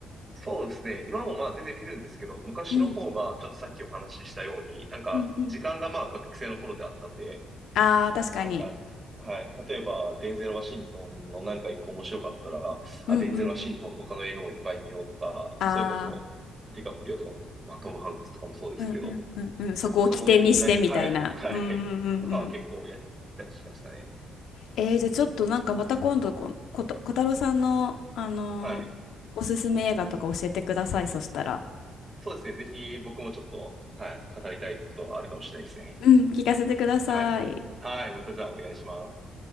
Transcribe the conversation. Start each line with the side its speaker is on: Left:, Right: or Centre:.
Right: そうですね。今もまあ全然見るんですけど、昔の方がちょっとさっきお話ししたように、
Left: うん
Right: なんか時間がまあ学生の頃であったんで、
Left: うんうん。ああ、確かに。
Right: なんか、はい。例えば、デンゼル・ワシントンのなんか一個面白かったら、あ、
Left: うんうん。
Right: デンゼル・ワシントンの他の映画もいっぱい見ようとか、
Left: ああ、
Right: それこそ、ディカプリオとかも、まあ、トム・ハンクスとかもそうですけど、
Left: うんうんうんうん。そこを起点にしてみたいな。
Right: なんかその年代、はい、はい。
Left: うんうんうんう
Right: とかは結構やったりしましたね。
Left: ん。えー、じゃあちょっとなんかまた今度こ、こと、小太郎さんの、あのー
Right: はい。
Left: おすすめ映画とか教えてください。そしたら。
Right: そうですね。ぜひ僕もちょっと、はい、語りたいことはあるかもしれないですね。
Left: うん、聞かせてください。
Right: はい。はい。またじゃあお願いします。